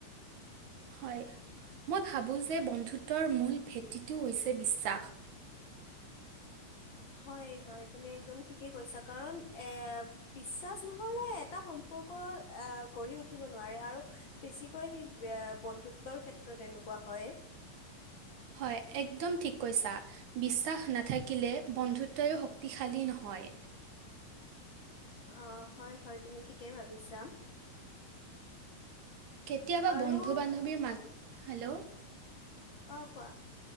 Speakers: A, on the right (about 65°); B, on the left (about 70°).
A: হয়, মই ভাবোঁ যে, বন্ধুত্বৰ মূল ভেটিটো হৈছে বিশ্বাস।
B: হয় হয়, তুমি একদম ঠিক ঠিকেই কৈছা, কাৰণ এ বিশ্বাস নহলে এটা সম্পৰ্ক আহ, গঢ়ি উঠিব নোৱাৰে, আৰু বেছিকৈ সি বন্ধুত্বৰ ক্ষেত্ৰত এনেকুৱা হয়।
A: হয়, একদম ঠিক কৈছা। বিশ্বাস নাথাকিলে, বন্ধুত্বই শক্তিশালী নহয়।
B: অ', হয়, হয়, তুমি ঠিকেই ভাবিছা।
A: কেতিয়াবা
B: আৰু
A: বন্ধু বান্ধৱীৰ মা, হেল্ল'
B: অ', কোৱা।